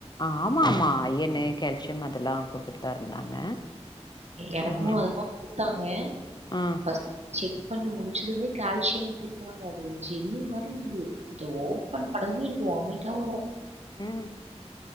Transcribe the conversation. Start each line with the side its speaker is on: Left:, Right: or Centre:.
Left: ஆமா ஆமா அயன் கல்சியம் அதெல்லா குடுத்துட்டு தா இருந்தாங்க
Right: எனக்கு
Left: ஆ
Right: அததா குடுத்தாங்க
Left: ஆ
Right: பஸ் செக் பண்ணி முடிச்சதுமே கால்சியம் குடுத்தாங்க அது ஒரு ஜெல்லி மாரி இருந்தது அத ஓபன் உடனே எனக்கு வாமிட்டா வரு
Left: ம்